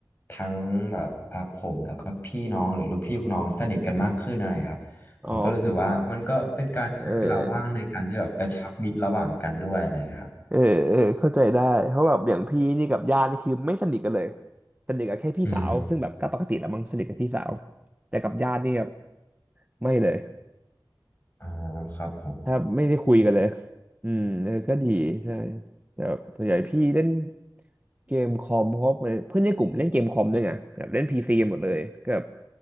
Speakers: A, on the left; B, on the right.
A: ทั้งแบบอ่ะผมแล้วก็พี่น้องหรือลูกพี่ลูกน้องสนิทกันมากขึ้นอะไรครับผมก็รู้สึกว่ามันก็เป็นการใช้เวลาว่างในการที่แบบกระชับมิตรระหว่างกันด้วยอะไรเงี้ยครับ
B: อ๋อเออ เออเออเข้าใจได้เพราะแบบอย่างพี่นี่กับญาตินี่คือไม่สนิทกันเลยสนิทกับแค่พี่สาว
A: อืม
B: ซึ่งแบบก็ปกติแหละมั้งสนิทกับพี่สาว แต่กับญาตินี่แบบไม่เลย
A: อ่าครับผม
B: ถ้าไม่ได้คุยกันเลยอืมเออก็ดีใช่ แต่แบบส่วนใหญ่พี่เล่นเกมคอมเพราะเหมือนเพื่อนในกลุ่มเล่นเกมคอมด้วยไงแบบเล่นพีซีหมดเลยก็แบบ